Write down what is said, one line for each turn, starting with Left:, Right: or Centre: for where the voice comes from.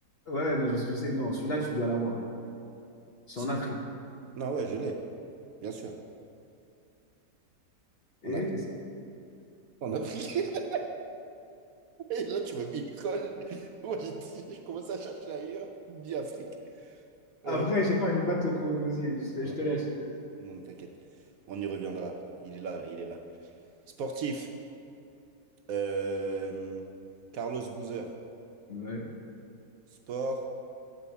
Left: Ouais, non, je, je sais, non, celui-là, tu dois l'avoir. C'est
Right: Si.
Left: en Afrique.
Right: Non, ouais, je l'ai, bien sûr.
Left: Et,
Right: On a,
Left: et c'est-
Right: en Afrique. <laughs> Et là, tu m'as mis une colle. <laughs> Moi, j'ai dit- je commence à chercher ailleurs. Tu me dis Afrique.
Left: après,
Right: Euh,
Left: je sais pas, je vais pas te. co- Vas-y, je te,
Right: voilà.
Left: je te laisse. je te laisse.
Right: non, non, t'inquiète. On y reviendra. Il est là, il est là. Sportif. Euh, Carlos Boozer.
Left: Ouais.
Right: Sport.